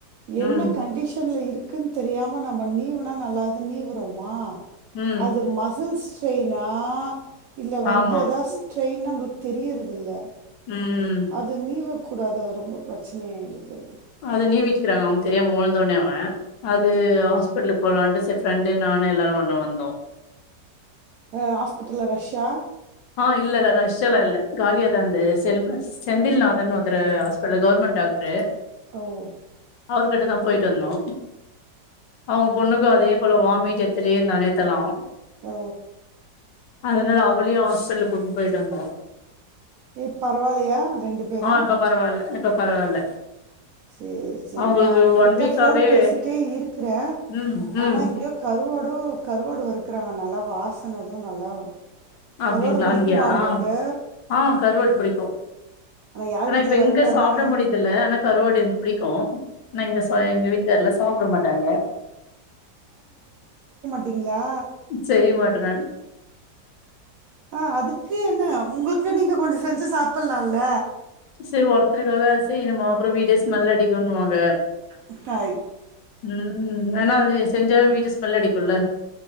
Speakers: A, on the right; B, on the left.
A: என்ன
B: ம்
A: கண்டிஷன்ல இருக் க்கு தெரியாம நம்ப நீவுனா நல்லதுனு நீவுறோமா
B: ம்
A: அது மசில்ஸ் பெய்னா இல்ல வந்து
B: ஆமா
A: எதா ஸ்ரெயின் நம்மளுக்கு தெரியறதில்ல
B: உம்
A: அத நீவக்கூடாது அது ரொம்ப பிரச்சனையா யிடுது
B: அது நீவிட்ருக்காங்க அவங்க தெரியாம உழுந்தோனே அவ அது ஹாஸ்பிடலுக்கு போலான்டு ச ஃப்ரெண்டு நானு எல்லாரு ஒண்ணா வந்தோ
A: அ ஹாஸ்பிட்டல்ல ரஷ்ஷா
B: அ இல்லல்ல ரஷ்ஷெல்லா இல்ல காலியாதா இந்த செல் செந்தில்நாதன் னு ஒருத்தரு ஹாஸ்பிடல் கவர்மெண்ட் டாக்ட்ரு
A: ம்
B: அவர் கிட்டதா போய்ட்டு வந்தோ அவங்க பொண்ணுக்கு அதே போல வாமிட் எடுத்துட்டே இருந்தா நேத்தெல்லா
A: ஓ
B: அதனால அவளையு ஹாஸ்பிட்டல் கூட்டுனு போயிட்டு வந்தோ
A: இப் பரவால்லயா ரெண்டு பேரு
B: ஆ இப்ப பரவால்ல இப்ப பரவால்ல
A: செரி செரி
B: அவங்களுக்கு
A: நா உங்ககிட்ட
B: ஒன் வீக்காவே
A: போன் பேசிட்டே இருக்கறே
B: ம் ம்
A: ஆனா இங்க கருவாடோ கருவாடு வறுக்குறாங்க நல்லா வாசனது நல்லா
B: அப்டிங்களா
A: கருவாடு புடிக்குமா
B: அங்கயா
A: உங்களுக்கு
B: ஆ கருவாடு புடிக்கு
A: யார்
B: ஆனா
A: வீட்ல
B: இப்ப
A: வறுக்குறாங்கன்னு
B: இங்க சாப்பட
A: எனக்கு
B: முடியுறதில்ல ஆனா கருவாடு எனக்கு புடிக்கு நா இங்க சா எங்க வீட்டுக்கார்ல சாப்பட மாட்டாங்க
A: அப்டிங்களா
B: செய்ய மாட்டே நானு
A: ஆ அதுக்கு என்ன உங்களுக்கு நீங்க கொஞ்ச செஞ்சு சாப்பலால்ல
B: சேரி ஒருத்தருக்காக செய்யணுமா அப்பற வீடே ஸ்மெல் அடிக்குணுவாங்க
A: முட்டாய்
B: ம் ஏன்னா அது செஞ்சா வீடு ஸ்மெல் அடிக்குல